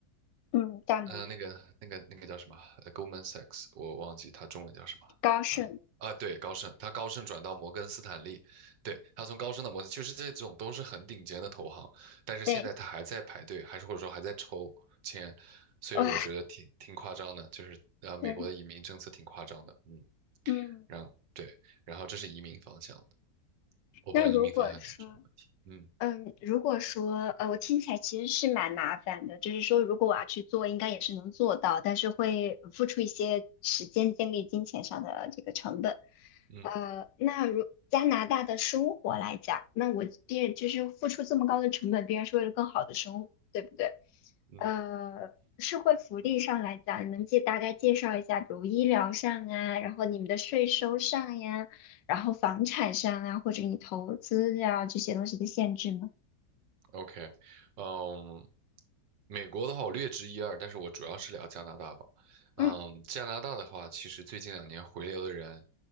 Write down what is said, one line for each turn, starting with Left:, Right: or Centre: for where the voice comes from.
Left: 嗯，大摩、
Right: 呃，那个、那个、那个叫什么呃，Goldman Sachs，我忘记他中文叫什么了啊、
Left: 高盛，
Right: 啊，对，高盛，他高盛转到摩根斯坦利，对，他从高盛到摩根，就是这种都是很顶尖的投行，但是现在他还在排队，
Left: 对，
Right: 还是或者说还在抽签，所以我觉得挺挺夸张的，
Left: 哇，
Right: 就是呃，美国的移民政策挺夸张的，
Left: 对，
Right: 嗯，
Left: 嗯，
Right: 然后对，然后这是移民方向的，我不知道移民方向你有什么问题，
Left: 那如果说，
Right: 嗯
Left: 嗯，如果说呃，我听起来其实是蛮麻烦的，就是说如果我要去做，应该也是能做到，但是会付出一些时间、精力、金钱上的这个成本。
Right: 嗯
Left: 呃，那如加拿大的生活来讲，那我必然就是付出这么高的成本，必然是为了更好的生活，对不对？
Right: 嗯。
Left: 呃，社会福利上来讲，你能介大概介绍一下，比如医疗上啊，然后你们的税收上呀？然后房产上啊，或者你投资呀、这些东西的限制呢？
Right: OK，嗯，美国的话我略知一二，但是我主要是聊加拿大吧。嗯，
Left: 嗯
Right: 加拿大的话，其实最近两年回流的人